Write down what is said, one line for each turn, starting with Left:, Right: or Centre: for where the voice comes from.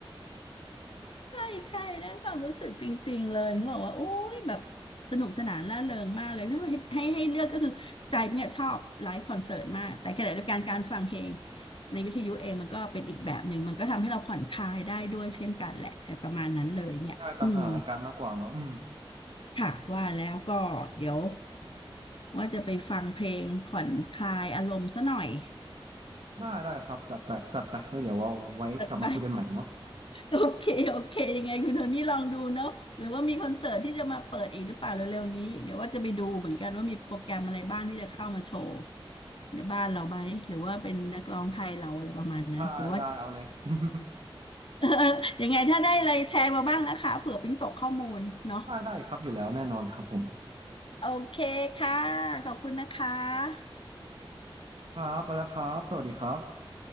Left: ใช่ใช่เรื่องความรู้สึกจริงๆเลยถึงบอกว่าโอ้ยแบบสนุกสนานร่าเริงมากเลยถ้าให้ให้ให้เลือกก็คือใจเนี่ยชอบไลฟ์คอนเสิร์ตมากแต่ขณะเดียวกันการฟังเพลงในวิทยุเองมันก็เป็นอีกแบบหนึ่งมันก็ทำให้เราผ่อนคลายได้ด้วยเช่นกันแหละอะไรประมาณนั้นเลยเนี่ยอืม
Right: <laughs> ใช่ตามสถานการณ์มากกว่าเนาะอืม
Left: ค่ะว่าแล้วก็เดี๋ยวว่าจะไปฟังเพลงผ่อนคลายอารมณ์ซะหน่อย
Right: ได้ได้ครับจัดไปจัดไปแล้วเดี๋ยวเอาไว้กลับมาคุยกันใหม่เนาะ
Left: ไป โอเคโอเค ยังไงคุณโทนี่ลองดูเนาะ หรือว่ามีคอนเสิร์ตที่จะมาเปิดอีกหรือเปล่าเร็วๆนี้เดี๋ยวว่าจะไปดูเหมือนกันว่ามีโปรแกรมอะไรบ้างที่จะเข้ามาโชว์ในบ้านเราไหมหรือว่าเป็นนักร้องไทยเราอะไรประมาณนั้นเดี๋ยวว่า
Right: ได้ได้เอาเลย <laughs>
Left: <laughs> เออยังไงถ้าได้อะไรแชร์มาบ้างนะคะเผื่อปิ๊งตกข้อมูลเนาะ
Right: ได้ได้ครับอยู่แล้วแน่นอนครับผม
Left: โอเคค่ะขอบคุณนะคะ
Right: ครับไปแล้วครับสวัสดีครับ